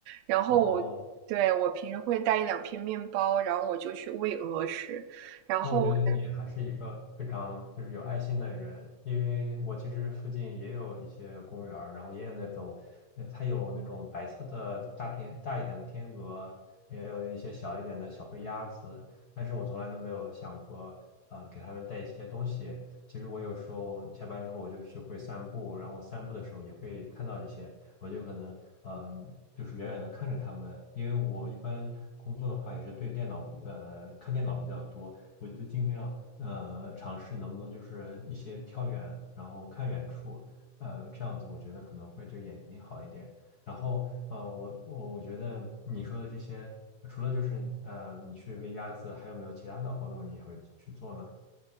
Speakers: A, on the right; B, on the left.
A: 然后我对我平时会带一两片面包，
B: 哦，
A: 然后我就去喂鹅吃。然后我感
B: 那我觉得你还是一个非常就是有爱心的人，因为我其实附近也有一些公园儿然后也有那种，呃，它有那种白色的大天大一点的天鹅，也有一些小一点的小灰鸭子，但是我从来都没有想过，呃，给它们带一些东西。其实我有时候下班之后我就去会散步，然后散步的时候也会看到这些，我就可能嗯、就是远远的看着它们，因为我一般工作的话也是对电脑呃看电脑比较多。我就尽量呃尝试能不能就是一些跳远，然后看远处，呃，这样子我觉得可能会对眼睛好一点。然后呃，我我我觉得你说的这些，除了就是呃你去喂鸭子，还有没有其他的活动你也会去做呢？